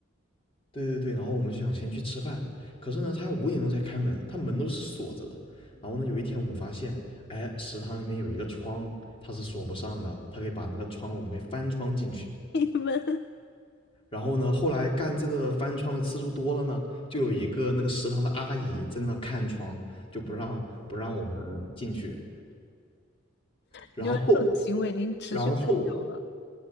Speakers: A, on the left; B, on the left.
A: 对对对，然后我们就想先去吃饭，可是呢，他五点钟才开门，他门都是锁着的。然后呢，有一天我们发现，哎，食堂里面有一个窗，它是锁不上的，它可以把那个窗，我们可以翻窗进去。
B: <laughs> 你们
A: 然后呢，后来干这个翻窗的次数多了呢，就有一个那个食堂的阿姨在那看窗，就不让不让我们进去。然后，
B: 你们这种行为已经持续很久了，
A: 然后，